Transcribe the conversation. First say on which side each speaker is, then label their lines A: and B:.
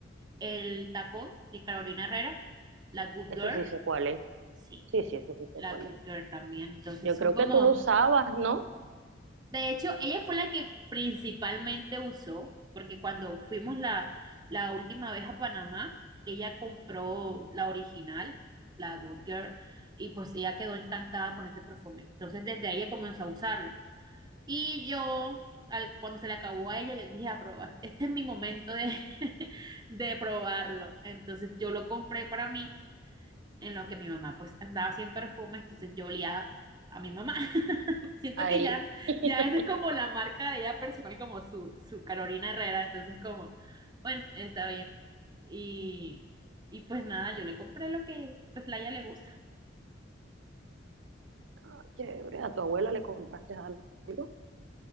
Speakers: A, on the right (about 20°); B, on the right (about 75°).
A: el tacón de Carolina Herrera, la Good
B: Ese
A: Girl,
B: sí sé cuál es.
A: sí,
B: Sí, sí, ese sí sé
A: la
B: cuál
A: Good
B: es.
A: Girl también. Entonces
B: Yo
A: son
B: creo
A: como
B: que tú lo usabas, ¿no?
A: De hecho, ella fue la que principalmente usó, porque cuando fuimos la, la última vez a Panamá, ella compró la original, la Good Girl, y pues ella quedó encantada con ese perfume. Entonces, desde ahí ella comenzó a usarlo. Y yo, al- cuando se le acabó a ella, yo dije, a probar, este es mi momento de, <laughs> de probarlo. Entonces, yo lo compré para mí en lo que mi mamá pues andaba sin perfume, entonces yo olía a mi mamá. <laughs> Siento
B: Ahí.
A: que ya,
B: <laughs>
A: ya esa es como la marca de ella personal, como su, su Carolina Herrera, entonces como, bueno, está bien. Y, y pues nada, yo le compré lo que pues la ella le gusta.
B: Ah, chévere, a tu abuela le compraste algo.